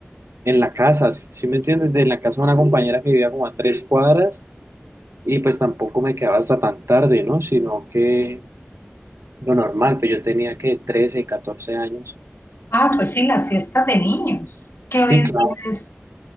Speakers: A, on the right; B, on the left.
A: en la casa, ¿sí me entiendes? De la casa de una compañera que vivía como a tres cuadras y pues tampoco me quedaba hasta tan tarde, ¿no? Sino que lo normal, pues yo tenía que trece, catorce años.
B: Ah, pues sí, las fiestas de niños. Es que hoy
A: Sí,
B: en
A: claro.
B: día es,